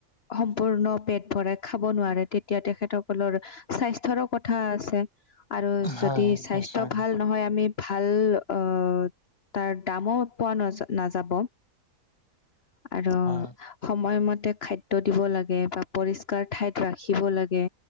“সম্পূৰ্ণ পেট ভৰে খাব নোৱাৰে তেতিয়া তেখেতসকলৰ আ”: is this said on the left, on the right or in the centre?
Left